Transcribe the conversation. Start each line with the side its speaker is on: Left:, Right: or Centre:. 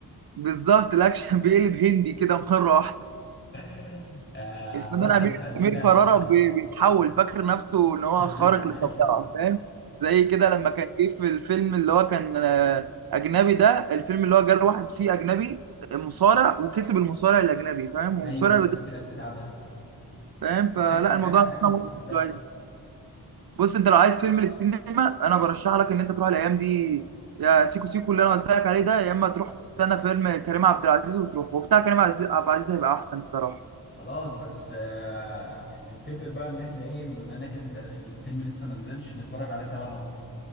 Right: بالظبط الاكشن <laughs> بيقلب هندي كده مرة واحدة
Left: <laughs> آه،
Right: الفنان
Left: عامة
Right: امير
Left: خلينا
Right: امير كرارة بي- بيتحول فاكر نفسه ان هو
Left: <laughs>
Right: خارق للطبيعه فاهم زي كده لما كان جه في الفيلم اللي هو كان آه، اجنبي ده الفيلم اللي هو جاله واحد فيه اجنبي مصارع وكسب المصارع الاجنبي فاهم ومصارع
Left: ايوه انا
Right: بجد،
Left: فاكر البتاع ده
Right: فاهم فلا
Left: حاجه حاجه
Right: الموضوع ده
Left: حاجه ما
Right: ممتع
Left: تتصدقش
Right: شويه بص انت لو عايز فيلم للسينما انا برشح لك ان انت تروح الايام دي يا سيكو سيكو اللي انا قلت لك عليه ده يا اما تروح تستنى فيلم كريم عبد العزيز وتروح وبتاع كريم عز- عبد العزيز هيبقى احسن الصراحه
Left: خلاص بس آه نتفق بقى ان احنا ايه بما انك إن الفيلم لسه ما نزلش نتفرج عليه سوا انا وانت